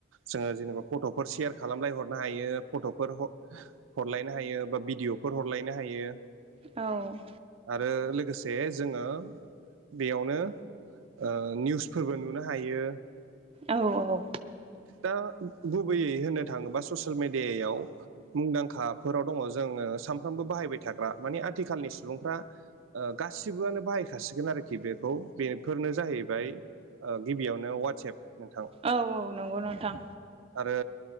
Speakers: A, on the right; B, on the right.
A: जोङो जेनेबा फट'फोर शेयार खालामलायहरनो हायो फट'फोर ह हरलायनो हायो बा भिडिय'फोर हरलायनो हायो
B: औ
A: आरो लोगोसे जोङो बेयावनो ओ निउसफोरबो नुनो हायो
B: औ औ
A: दा गुबैयै होननो थाङोबा ससेल मेडेयायाव मुंदांखाफोराव दङ जोङो सानफ्रामबो बाहायबाय थाग्रा माने आथिखालनि सुबुंफ्रा ओ गासिबोआनो बाहायखासिगोन आरोखि बेखौ बेफोरनो जाहैबाय ओ गिबियावनो वाटसएप नोंथां
B: औ औ नंगौ नोंथां
A: आरो